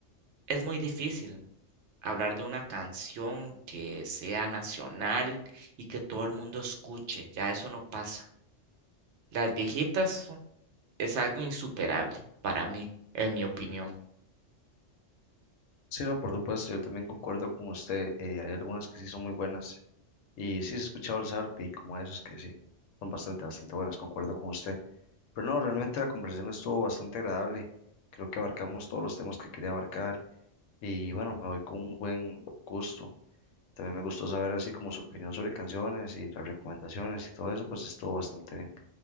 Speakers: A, on the right; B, on the left.
A: es muy difícil hablar de una canción que sea nacional y que todo el mundo escuche, ya eso no pasa. Las viejitas es algo insuperable para mí, en mi opinión.
B: Sí, no, por supuesto, yo también concuerdo con usted, eh, hay algunas que sí son muy buenas y sí he escuchado el zarpe y como esas que sí, son bastante, bastante buenas, concuerdo con usted. Pero no, realmente la conversación estuvo bastante agradable, creo que abarcamos todos los temas que quería abarcar y bueno, me voy con un buen gusto. También me gustó saber así como su opinión sobre canciones y las recomendaciones y todo eso, pues estuvo bastante bien.